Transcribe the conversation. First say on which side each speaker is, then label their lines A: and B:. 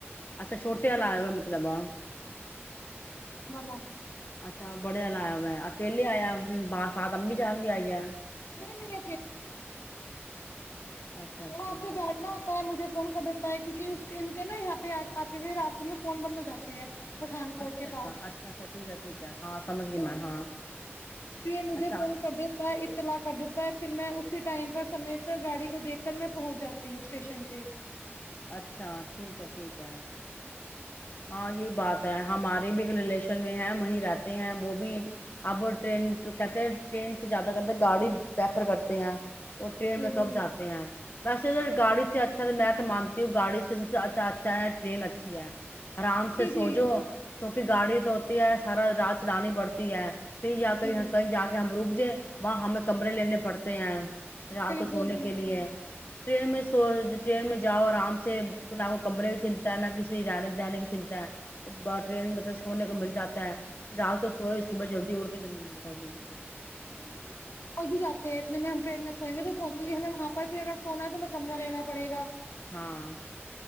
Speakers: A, on the left; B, on the left.
A: اچھا چھوٹے وال لاا مطلب ہاں
B: ہاں
A: اچھا بڑیا لایا میں اکیلے آیا باسات اممی چان بھی آئی ہے
B: نہیں نہیں
A: اچھا اچھا
B: تھڑا سے
A: اچھا
B: بیٹھنا ہوتا ہے مجھے فون کر دیتا ہے کیونکہ اس ان کے نا یہاں پہ آتے ہوئے راتے میں فون بند ہو جاتے ہیں پٹھان کوٹ
A: اچھا
B: کے پاس
A: اچھا اچھا ٹھیک ہے ٹھیک ہے ہاں سمجھ گئی
B: ج
A: میں ہاں
B: پ یہ مجھے
A: اچھا
B: فون کر دیتا ہے اطلاع کر دیتا ہے پھر میں ٹائم پر سے سے گاڑی کو دیکھ کل میں پہنچ جاتی ہوں اسٹیشن پہ
A: اچھا ٹھیک ہے ٹھیک ہے ہاں یہ بات ہے ہمارے بھی ایک ریلیشن میں ہے وہیں رہتے ہیں وہ بھی اب ٹرین کہتے ٹرین سے زیادہ کہتے گاڑی پریفر کرتے ہیں اور ٹرین
B: جی
A: میں کب
B: جی
A: جات ہیں ویسے ا گاڑی سے اچھا تو میں تو مانتی ہوں گاڑی سے سب سے اچھا اچھا ہے ٹرین ا چیا آرام سے
B: جی
A: سوجو
B: جی
A: کیونکہ گاڑی تو ہوتی ہے سارا رات چلانی پڑتی ہے پھر یا کہ
B: جی
A: کہیں جا کے ہم رک جیں وہاں ہمیں کمرے لینے پڑتے ہیں رات
B: بالکل
A: کو سونے
B: بالکل
A: کے لیے ٹرین میں سو ٹرین میں جاؤ آرام سے نہ کو کمرے کی چنتا ہے نہ کسی د کی چنتا تو ٹرین میںطلب سونے کو مل جاتا ہے رات کو سوئے صبح جلدی اٹ کے <inaudible> س <inaudible>
B: م اتنے میں کل بھی جاتے ہیں اتنے میں ہم ٹرین میں سوئ گے تو پہنچ ک ہمیں وہاں پر پھر اگر سونا ہے تو ہمیں کمر لینا پڑےا
A: ہاں